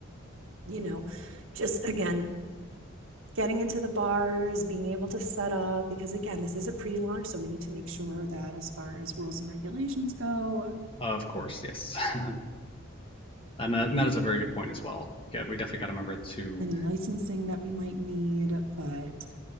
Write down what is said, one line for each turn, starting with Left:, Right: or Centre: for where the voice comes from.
Right: you know, just again getting into the bars, being able to set up, because again, this is a pre launch. So we need to make sure that as far as rules and regulations go,
Left: Of course, yes, <laughs> and that, and that is a very good point as well. We get, we definitely got to remember to
Right: any licensing that we might need. But